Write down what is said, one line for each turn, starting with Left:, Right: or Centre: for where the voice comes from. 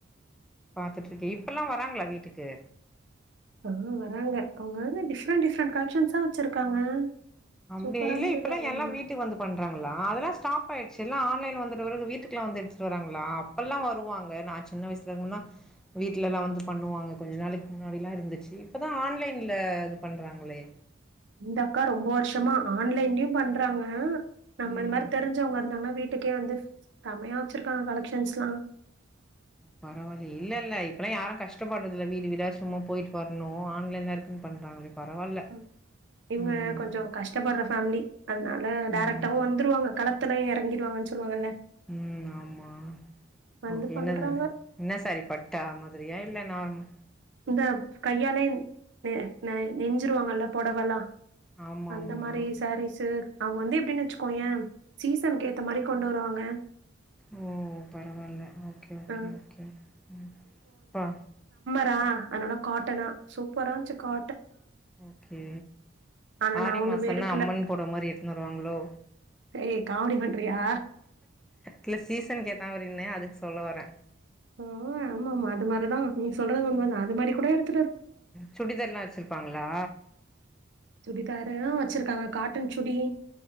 Centre: பாத்துட்டுரக்க இப்பெல்லா வராங்களா வீட் க்கு
Right: ஆ வராங்க அவங்க வந்து டிஃப்ரெண்ட் டிஃப்ரெண்ட் கலெக்க்ஷன்ஸா வச்சிருக்காங்க
Centre: <unintelligible>
Right: சூப்பரா இருந்தது
Centre: இப்பேல்லா
Right: எல்லாமே.
Centre: எல்லா வீட்டுக்கு வந்து பண்றாங்ளா அதெல்லா ஸ்டாப் ஆயிச்சு எல்ல ஆன் ஆன்லைன் வந்த பிறகு வீட்டுக்கெல்லா வந்து எடுத்துட்டு வராங்களா அப்பல்லா வருவாங்க நா சின்ன வயசுலலா இ வீட்லலா வந்து பண்ணுவாங்க கொஞ்சூ நாளைக்கு முன்னாடிலா இருந்துச்சு இப்பதா ஆன்லைன்ல இது பண்றாங்களே
Right: இந்த அக்கா ரொம்ப வருஷமா ஆன்லைன்லயு பண்றாங்க நம்ம
Centre: ம்
Right: இந்த மாரி தெரிஞ்சவங்க இருந்தாங்கன்னா வீ வீட்டுக்கே வந்து செம்மையா வச்சிருக்காங்க கலெக்ஷன்ஸ்லா
Centre: பரவாலயே இல்ல இல்ல இப்பலா யாரு கஷ்டப்படுறதுல வீடு வீடா சும்மா போயிட்டு வரணு ஆன்லைன்ல இருக்குன்னு பண்றாங்களே
Right: <unintelligible>
Centre: பரவால்ல
Right: இவங்க
Centre: ம்
Right: கொஞ்சு கஷ்டப்படுற ஃபேமிலி அதனால டேரக்டாவு
Centre: ம்
Right: வந்துருவாங்க கள த்துல இறங்கிறுவாங்க சொல்லுவாங்கள்ள
Centre: உம் ஆமா
Right: வந்து
Centre: ஓக்கே
Right: பண்றாங்க.
Centre: என்னது என்ன சேரி பட்டா மாதிரியா இல்ல நார்மல்
Right: இந்த கையாலே நெ நை நெஞ்சிருவாங்கள்ள பொடவெல்லா
Centre: ஆமா
Right: அந்த
Centre: ஆமா
Right: மாரி சரீசு அவுங்க வந்து எப்டின்னு வெச்சுக்கோயே சீசனுக்கு ஏத்த மாரி கொண்டு வருவாங்க
Centre: ஓ பரவால்ல ஓக்கே ஓக்கே
Right: அ
Centre: ஓக்கே ம் பா
Right: ரா அதனால காட்டனா சூப்பரா இருந்துச்சு கா
Centre: ஓக்கே
Right: ஆனா
Centre: ஆடி
Right: நா ஒண்ணுமே
Centre: மாசோனா
Right: எடுக்கல
Centre: அம்மன் பொடவ மாரி எடுத்துனு வருவாங்களோ
Right: ஏய் காமெடி பண்றியா
Centre: இல்ல சீசன் கேத்த மாரினே அது சொல்ல வரே
Right: ஆமா ஆமா ஆமா அது மாரிதா நீ சொல்றது உண்மை தான் அது மாரி கூட எடு
Centre: சுடிதர்லா வச்சிருப்பாங்களா
Right: சுடிதாரு வச்சிருக்காங்க காட்டன் சுடி